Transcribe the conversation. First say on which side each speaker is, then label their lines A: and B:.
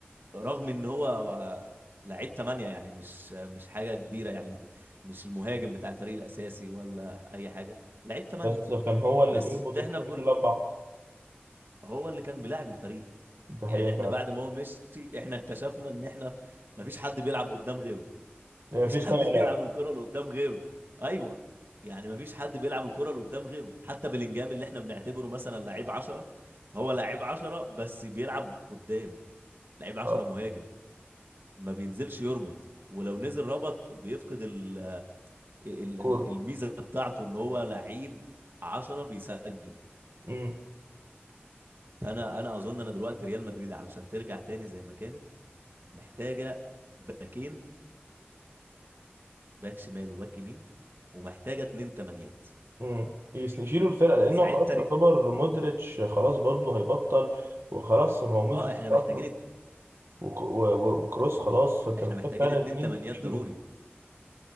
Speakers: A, on the right; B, on the right.
A: رغم ان هو هو لعيب تمانية يعني مش مش حاجة كبيرة يعني مش المهاجم بتاع الفريق الأساسي ولا أي حاجة لعيب تمانية
B: بس كان هو اللي
A: بس
B: بيربط الدنيا
A: احنا كل
B: دي كلها ببعض
A: هو اللي كان بيلاعب الفريق
B: دي حقيقة
A: يعني احنا
B: فعلا
A: بعد ما هو مشي احنا اكتشفنا ان احنا مفيش حد بيلعب قدام غيره
B: يعني مفيش
A: مفيش حد
B: صانع
A: <laughs> بيلعب
B: لعب
A: الكرة اللي قدام غيره ايوه يعني مفيش حد بيلعب الكرة اللي قدام غيره حتى بلينجهام اللي احنا بنعتبره مثلا لعيب عشرة هو لعيب عشرة بس بيلعب قدام لعيب عشرة
B: اه
A: مهاجم ما بينزلش يربط ولو نزل ربط بيفقد ال... ال...
B: كورة
A: ال- الميزة بتاعته ان هو لعيب عشرة بيسجل
B: امم
A: انا انا اظن انا دلوقتي ريال مدريد علشان ترجع تاني زي ما كانت محتاجة باكين باك شمال وباك يمين ومحتاجة اتنين تمانيات
B: امم يس- يشيلوا الفرقة لأنه
A: ساعتها
B: خلاص يعتبر مودريتش خلاص برضه هيبطل وخلاص ما هو مودريتش
A: اه احنا
B: مش
A: محتاجين
B: أصلا وك- و- و- وكروس خلاص فأنت
A: احنا
B: محتاج
A: محتاجين
B: فعلا
A: اتنين
B: اتنين
A: تمانيات
B: تشيله
A: ضروري